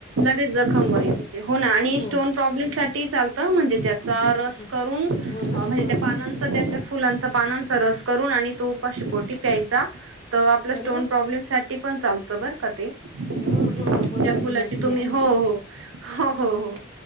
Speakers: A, on the right; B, on the left.
A: लगेच जखम बरी होते हो ना आणि
B: हो
A: स्टोन प्रॉब्लेम
B: हं.
A: साठी चालतं अ म्हणजे ते चा रस
B: हो
A: करून म्हणजे
B: हो ना हां
A: त्या
B: हां
A: पानांचा त्याच्या फुलांचा पानांचा रस करून आणि तो उपाशी पोटी प्यायचा तर आपला स्टोन
B: अरे वा!
A: प्रॉब्लेम साठी पण चालत बर का ते. त्या
B: हां हो का महत्त्वाची
A: फुलाची
B: माहिती
A: तुम्ही
B: मिळाली.
A: हो हो हो हो हो.